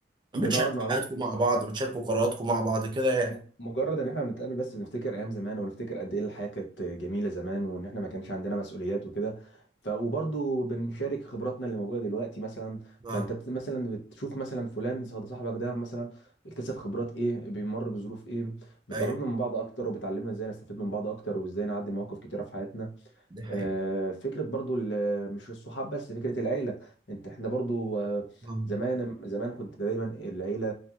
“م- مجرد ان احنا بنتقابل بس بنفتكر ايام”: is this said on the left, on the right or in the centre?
Left